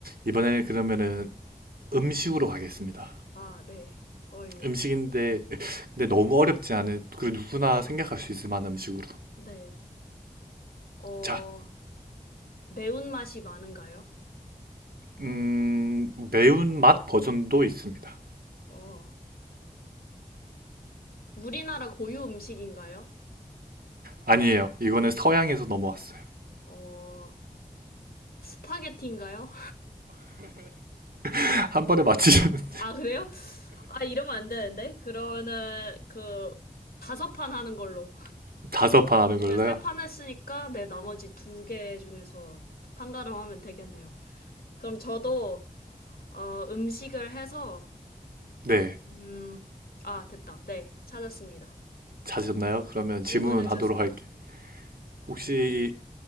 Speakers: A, on the right; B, on the left.
A: 이번에는 그러면은 음식으로 가겠습니다.
B: 아, 네. 어유.
A: 음식인데 근데 너무 어렵지 않은 그리고 누구나 생각할 수 있을 만한 음식으로.
B: 네. 네. 어,
A: 자,
B: 매운맛이 많은가요?
A: 음, 매운맛 버전도 있습니다.
B: 어, 우리나라 고유 음식인가요?
A: 아니에요. 이거는 서양에서 넘어왔어요.
B: 어, 스파게티인가요?
A: <laughs> 한 번에 맞히셨는데
B: 아, 그래요? 아, 이러면 안 되는데? 그러면은 그 다섯 판 하는 걸로.
A: <laughs> 다섯 판 하는
B: 이제
A: 걸로요.
B: 세 판 했으니까 내 나머지 두 개 중에서 판가름하면 되겠네요. 그럼 저도 어, 음식을 해서
A: 네,
B: 음, 아, 됐다. 네, 찾았습니다.
A: 찾으셨나요? 그러면
B: 질문해
A: 질문하도록
B: 주세요.
A: 할게.
B: 네.
A: 혹시